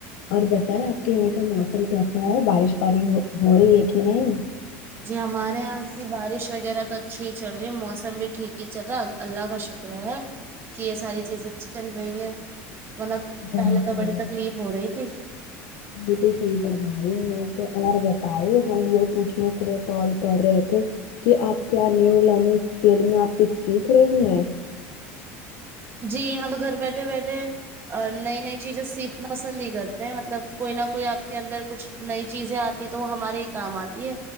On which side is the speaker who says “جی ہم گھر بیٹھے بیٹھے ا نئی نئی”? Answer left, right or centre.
Right